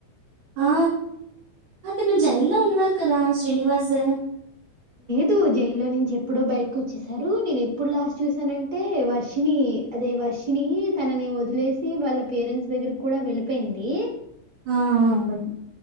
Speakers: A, on the right; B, on the right.
A: ఆ! అతను జైల్లో ఉన్నారు కదా శ్రీనివాస్
B: దు జైల్లో నుంచి ఎప్పుడో బయటకు వచ్చసారు నేను ఎప్పుడు లాస్ట్ చూసానంటే వర్షిని అదే వర్షిని తనని వదిలేసి వాళ్ళ పేరెంట్స్ దగ్గరకి కూడా వెళ్ళిపోయింది
A: ఆ అవును